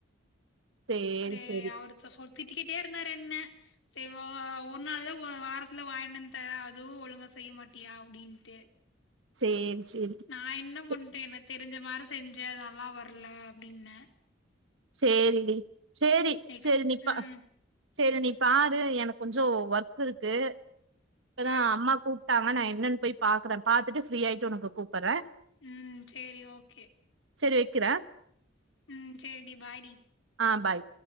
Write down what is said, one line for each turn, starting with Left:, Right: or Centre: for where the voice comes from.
Right: சேரி
Left: அவரு
Right: சேரி
Left: அவருத் சொ திட்டிக்கிட்டே இருந்தாரு என்ன செவா ஒரு நாள்தா வாரத்துல வாங்கனந்து வந்து தரே அதுவு ஒழுங்கா செய்ய மாட்டியா அப்டின்ட்டு
Right: சேரி சேரி
Left: நா என்ன
Right: சே
Left: பண்ட்டு எனக்கு தெரிஞ்ச மாரி செஞ்சே அது நல்லா வரல அப்டின்னே
Right: சேரிடி சேரி
Left: நெக்ஸ்ட்
Right: சேரி நீப்பா
Left: ம்
Right: சேரி நீ பாரு எனக்கு கொஞ்சோ ஒர்க் இருக்கு இப்பதா
Left: ஆ
Right: அம்மா கூப்ட்டாங்க நா என்னன் போய் பாக்குறே பாத்துட்டு ஃப்ரீயாயிட்டு உனக்கு கூப்பட்றே
Left: ம் சேரி ஓக்கே
Right: சேரி வெக்கிறே
Left: ம் சேரி டி பாய் டி
Right: ஆ பாய்